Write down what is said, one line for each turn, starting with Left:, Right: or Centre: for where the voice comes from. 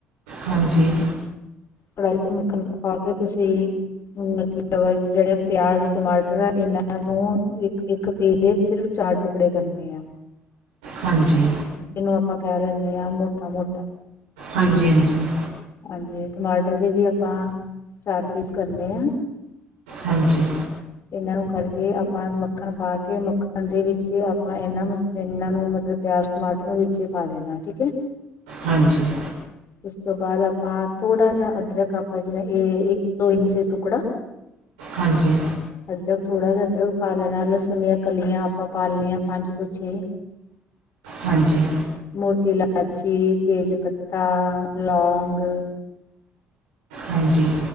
Right: ਹਾਂਜੀ।
Left: ਕੜਾਹੀ ਚ ਮੱਖਣ ਪਕਾ ਕੇ ਤੁਸੀਂ। ਮਤਲਬ ਜਿਹੜੇ ਪਿਆਜ਼ ਟਮਾਟਰ ਆ ਇਹਨਾਂ ਨੂੰ ਇੱਕ-ਇੱਕ ਪੀਸ ਵਿੱਚ ਸਿਰਫ। ਚਾਰ ਟੁਕੜੇ ਕਰਨੇ ਆ।
Right: ਹਾਂਜੀ।
Left: ਜਿਹਨੂੰ ਆਪਾਂ ਕਹਿ ਲੈਂਦੇ ਹਾਂ ਮੋਟਾ-ਮੋਟਾ।
Right: ਹਾਂਜੀ-ਹਾਂਜੀ।
Left: ਹਾਂਜੀ ਟਮਾਟਰ ਜ ਵੀ ਆਪਾਂ ਚਾਰ ਪੀਸ ਕਰਨੇ ਆ।
Right: ਹਾਂਜੀ।
Left: ਇਹਨਾਂ ਨੂੰ ਕਰਕੇ ਆਪਾਂ ਮੱਖਣ ਪਾ ਕੇ ਮੱਖਣ ਦੇ ਵਿੱਚ ਆਪਾਂ ਇਹਨਾਂ ਮਸ ਇਹਨਾਂ ਨੂੰ ਮਤਲਬ ਪਿਆਜ। ਟਮਾਟਰ ਵਿੱਚੇ ਪਾ ਦੇਣਾ ਠੀਕ ਹੈ।
Right: ਹਾਂਜੀ।
Left: ਉਸ ਤੋਂ ਬਾਅਦ ਆਪਾਂ ਥੋੜਾ ਜਿਹਾ ਅਦਰਕ ਆਪਾਂ ਜਿਵੇਂ ਇਹ ਇੱਕ ਦੋ ਇੰਚ ਟੁਕੜਾ
Right: ਹਾਂਜੀ।
Left: ਅਦਰਕ ਥੋੜ੍ਹਾ ਜਿਹਾ ਅਦਰਕ ਪਾ ਲੈਣਾ ਲਸਣੀ ਦੀਆਂ ਕਲੀਆਂ ਆਪਾਂ ਪਾਲ ਲੈਣੀਆਂ ਪੰਜ ਤੋਂ ਛੇ।
Right: ਹਾਂਜੀ।
Left: ਮੋਟੀ ਇਲਾਚੀ ਤੇਜ਼ ਪੱਤਾ ਲੌਂਗ।
Right: ਹਾਂਜੀ।